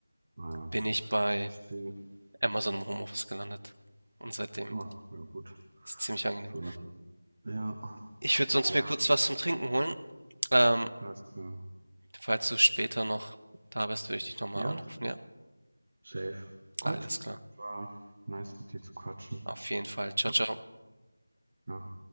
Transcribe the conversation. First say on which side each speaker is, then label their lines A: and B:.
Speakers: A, on the right (about 25°); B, on the right (about 75°).
A: Naja.
B: bin ich bei
A: Verstehe.
B: Amazon im Homeoffice gelandet. Und seitdem
A: Ach, ja gut.
B: ist es ziemlich angenehm.
A: So lachen. Ja.
B: Ich würde sonst
A: Ja,
B: mir kurz was zum Trinken holen. Ähm,
A: alles klar.
B: falls du später noch da bist, würde ich dich nochmal
A: Ja,
B: anrufen, ja?
A: safe. Gut.
B: Alles klar.
A: War nice mit dir zu quatschen.
B: Auf jeden Fall. Ciao,
A: Ja.
B: ciao.
A: Ja.